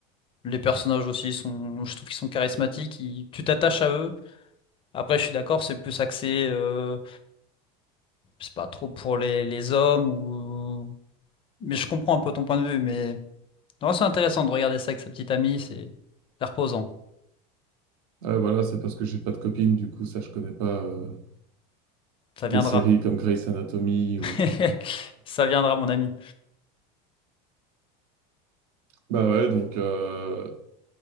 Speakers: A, on the left; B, on the right.
A: Les personnages aussi sont, je trouve qu'ils sont charismatiques, ils- tu t'attaches à eux. Après, je suis d'accord, c'est plus axé, euh, c'est pas trop pour les, les hommes ou. Mais je comprends un peu ton point de vue, mais non, c'est intéressant de regarder ça avec sa petite amie, c'est c'est reposant.
B: Ouais, voilà, c'est parce que j'ai pas de copine, du coup, ça, je connais pas euh,
A: Ça
B: des
A: viendra.
B: séries comme Grey's Anatomy
A: <laughs>
B: ou.
A: Ça viendra, mon ami.
B: Bah ouais, donc euh,